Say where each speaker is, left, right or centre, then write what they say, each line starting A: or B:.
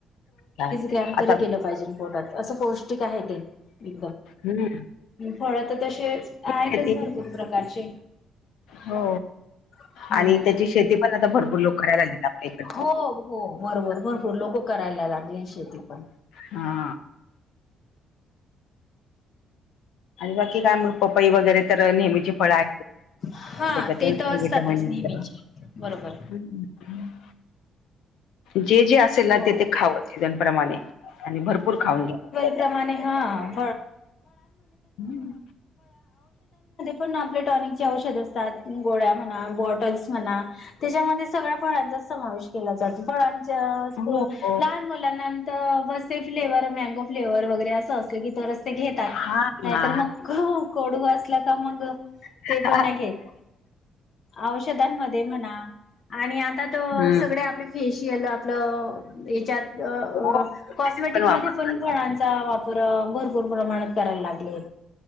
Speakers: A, on the left; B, on the left.
A: छान
B: ते
A: आता
B: तरी गेलं पाहिजे पोटात असं पौष्टिक आहे ते
A: हम्म.
B: फळ तर तसे
A: शेती
B: आहेत भरपूर प्रकारचे
A: हो
B: हम्म
A: आणि त्याची शेती पण भरपूर लोक करायला लागलेत आपल्या इकडे
B: हो हो बरोबर भरपूर लोक करायला लागले शेती पण
A: हा बाकी काय पपईवगैरे तर नेहमीची फळं
B: हा
A: येतात
B: ते तर असतातच नेहमीचे
A: <unintelligible>
B: बरोबर
A: <unintelligible> जे जे असेल ना
B: हो
A: ते खाव सीजन प्रमाणे आणि भरपूर खाऊन घ्या त्या
B: <unintelligible> शेतानमध्ये
A: त्या. हं.
B: पण आपले टॉनिक औषध अस गोळया म्हणा बॉटल्स म्हणा त्याच्यामध्ये सगळ्या फळांचा समावेश केला जातो फळांच्या
A: हो
B: तो
A: हो.
B: लहान मुलांनांत ब तेचं फ्लेवर मॅगो फ्लेवर वगैरे असं असलं की तरच घेतात
A: हा
B: नाहीतर
A: ना
B: मग कडू असलं का मग ते
A: हा
B: पण नाही घेत औषधांमध्ये म्हणा आणि आता त
A: हम्म.
B: सगळे आपले फेशियल आपलं हच्यात
A: हो
B: कॉस्मेटिकमध्ये
A: ते वापर
B: पण फळांचा वापर भरपूर भरपूर प्रमाणात करायला लागले